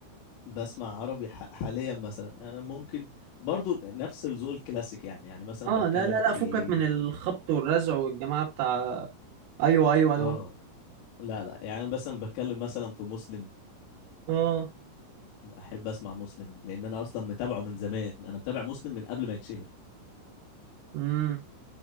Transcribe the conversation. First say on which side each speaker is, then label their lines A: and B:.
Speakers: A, on the left (about 80°); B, on the right (about 75°).
A: بسمع عربي ح- حاليا مثلا انا ممكن برضو نفس الذوق الكلاسيك يعني يعني مثلا
B: آه
A: بتكلم
B: لا لا
A: في
B: لا فكك من الخبط والرزع والجماعة بتاع أيوه أيوه دول
A: اه لا لا يعني أنا مثلا بتكلم مثلا في مسلم
B: آه
A: احب اسمع مسلم لان انا اصلا متابعه من زمان انا متابع مسلم من قبل ما يتشهر
B: مم.